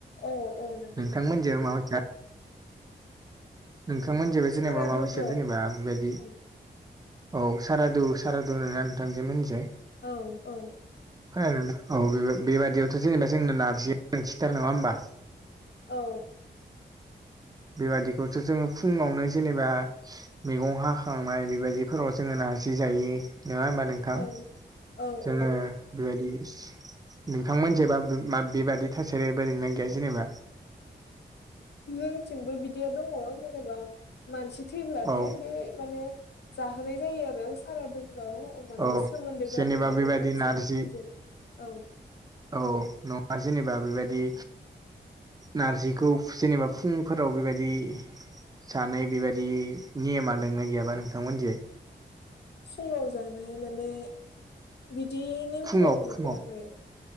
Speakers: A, on the left; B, on the right.
A: औ औ नंगौ
B: नोंथांमोनजों माबायदिया नोंथांमोननिजोंबो
A: औ सारादुफ्राव
B: जेनेबा मा बायसा जेनेबा बेबायदि
A: औ
B: औ सारादु सारादु होनोना नोंथांजो मोननिजों।
A: औ औ
B: <inaudible> औ बेबायदियावथ' जेनेबा जोंनो नारजिया गोनांथिथार नङा ओमबा।
A: औ
B: बेबादिखौथ' जोङो फुङावनो जेनेबा मैगं हाखांनाय बेबायदिफोराव जोङो नारजि जायो नङा ओमबा नों थां
A: औ औ
B: जोङो
A: औ
B: बेबायदि नोंथांमोनिजायबा मा बेबादि थासारिबो दोंना गैया जेनेबा?
A: जोंथिंबो बिदिया दङ जेनेबा मानसि थैब्लाथाय
B: औ
A: बे माने जाहोनाय जायो आरो सारादुफ्राव माने
B: औ
A: सोमोन्दो
B: जेनेबा
A: गारनाय
B: बेबायदि
A: बे मानसि
B: नारजि
A: गोथैजों औ
B: औ नङा जेनेबा बेबायदि नारजिखौ जेनेबा फुंफोराव बेबायदि जानाय बेबायदि नियमा दोंना गैयाबा नोंथांमोननिजै
A: फुङाव जानाय माने बिदि नेमखौ
B: फुङाव
A: आं नुफेराखै
B: फुङाव